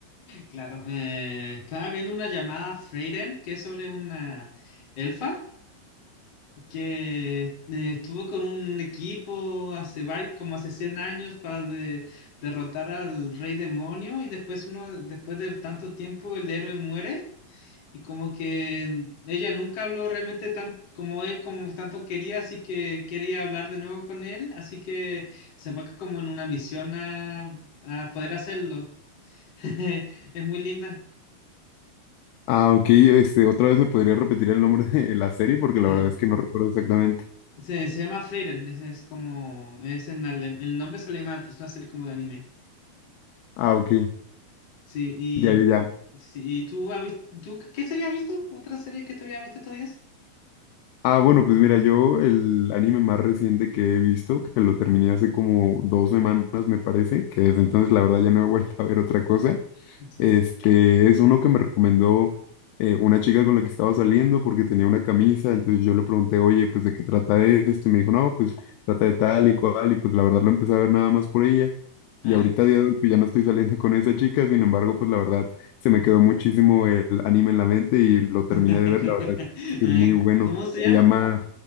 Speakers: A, on the left; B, on the left.
A: Claro, eh, estaba viendo una llamada Freyren que es sobre una elfa que eh, estuvo con un equipo hace varios, como hace cien años para de- derrotar al rey demonio y después uno, después de tanto tiempo el héroe muere y como que ella nunca habló realmente tan como él, como tanto quería, así que quería hablar de nuevo con él, así que se va como en una misión a, a poder hacerlo. <laughs> Es muy linda.
B: Ah, ok, este, otra vez me podría repetir el nombre de la serie porque la
A: Eh,
B: verdad es que no recuerdo exactamente.
A: se, se llama Frieren, ese es como, es en alem- el nombre es alemán, pero es una serie como de anime.
B: Ah, ok,
A: Sí, y,
B: ya, ya, ya.
A: sí, ¿y tú, has vis- tú qué qué serie has visto? ¿Otra serie que tú hayas visto estos días?
B: Ah, bueno, pues mira, yo el anime más reciente que he visto, que lo terminé hace como dos semanas, me parece, que desde entonces la verdad ya no he <laughs> vuelto a ver otra cosa,
A: Sí.
B: este, es uno que me recomendó eh, una chica con la que estaba saliendo porque tenía una camisa, entonces yo le pregunté, oye, pues ¿de qué trata esto? Y me dijo, no, pues trata de tal y cual, y pues la verdad lo empecé a ver nada más por ella.
A: Ay.
B: Y ahorita a día de hoy pues ya no estoy saliendo con esa chica, sin embargo, pues la verdad se me quedó muchísimo el anime en la mente y lo terminé
A: <laughs>
B: de ver, la verdad es que
A: Ay,
B: es muy bueno.
A: ¿cómo se llama?
B: Se llama,